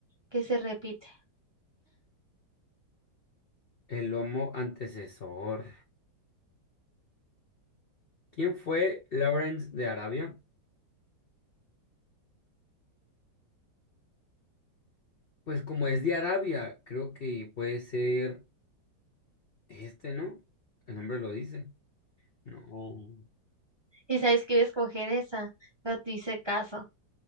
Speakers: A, on the right; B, on the left.
A: que se repite.
B: El lomo antecesor. ¿Quién fue Lawrence de Arabia? Pues como es de Arabia, creo que puede ser este, ¿no? El nombre lo dice. No. <laughs> Oh.
A: Y sabes que iba a escoger esa, no te hice caso.